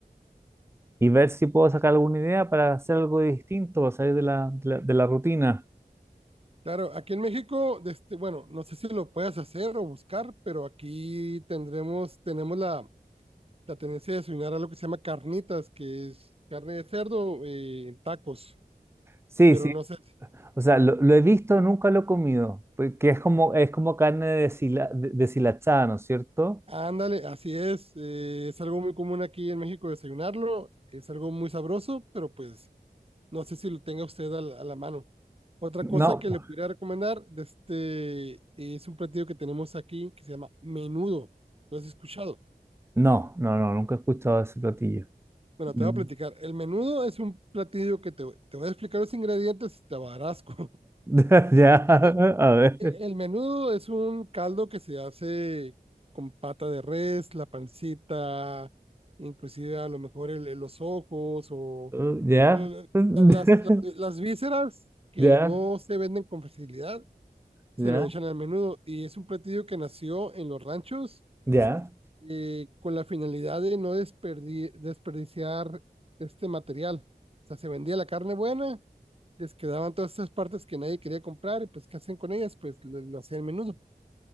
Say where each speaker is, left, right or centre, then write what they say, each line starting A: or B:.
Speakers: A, on the right; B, on the right.
A: y ver si puedo sacar alguna idea para hacer algo distinto, para salir de la, de la, de la rutina.
B: Claro, aquí en México, de este, bueno, no sé si lo puedas hacer o buscar, pero aquí tendremos, tenemos la, la tendencia de desayunar algo que se llama carnitas, que es carne de cerdo eh, en tacos,
A: Sí,
B: pero
A: sí.
B: no sé.
A: O sea, lo, lo he visto, nunca lo he comido, porque es como, es como carne deshila- de- deshilachada, ¿no es cierto?
B: Ándale, así es. eh, es algo muy común aquí en México desayunarlo, es algo muy sabroso, pero pues No sé si lo tenga usted a la, a la mano. Otra
A: No,
B: cosa que le pudiera recomendar de este, es un platillo que tenemos aquí que se llama menudo. ¿Lo has escuchado?
A: no, no, no, nunca he escuchado ese platillo.
B: Bueno,
A: Mm.
B: te voy a platicar. El menudo es un platillo que te, te voy a explicar los ingredientes y te va a dar asco.
A: <laughs> Ya,
B: <laughs>
A: a ver.
B: E- El menudo es un caldo que se hace con pata de res, la pancita, inclusive a lo mejor el- el- los ojos o
A: Uh, Ya,
B: eh,
A: <laughs>
B: las, las, las vísceras que
A: ya,
B: no se venden con facilidad se
A: ya,
B: lo echan al menudo y es un platillo que nació en los ranchos
A: ya.
B: eh, con la finalidad de no desperdi- desperdiciar este material. O sea, se vendía la carne buena, les quedaban todas esas partes que nadie quería comprar y pues ¿qué hacen con ellas? Pues lo, lo hacían al menudo.